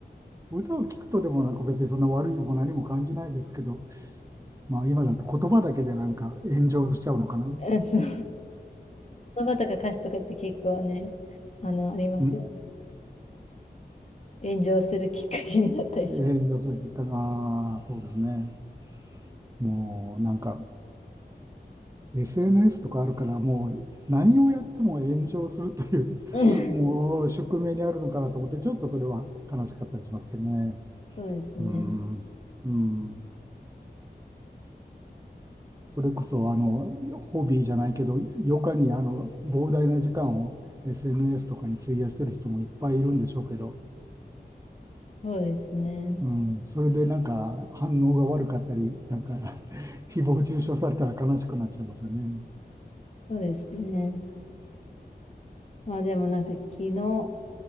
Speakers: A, on the right (about 20°); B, on the left (about 40°).
A: 歌を聴くとでもなんか別にそんな悪いも何も感じないですけど、まあ今だと言葉だけでなんか炎上しちゃうのかな。
B: うん <laughs> そう言葉とか歌詞とかって結構ね、あの、ありますよ。
A: んん
B: 炎上するきっかけになったりします。
A: 炎上するきっかけ、ああ、そうですね。もうなんか SNS とかあるから、もう何をやっても炎上するという <laughs>
B: <laughs> うん
A: もう宿命にあるのかなと思って、ちょっとそれは悲しかったりしますけどね。
B: そうですね。
A: うん、うん、それこそ、あの、ホビーじゃないけど、余暇にあの膨大な時間を SNS とかに費やしてる人もいっぱいいるんでしょうけど、
B: そうですね。
A: うん、それでなんか反応が悪かったり、なんか <laughs> 誹謗中傷されたら悲しくなっちゃいますよね。
B: そうですね。まあでもなんか昨日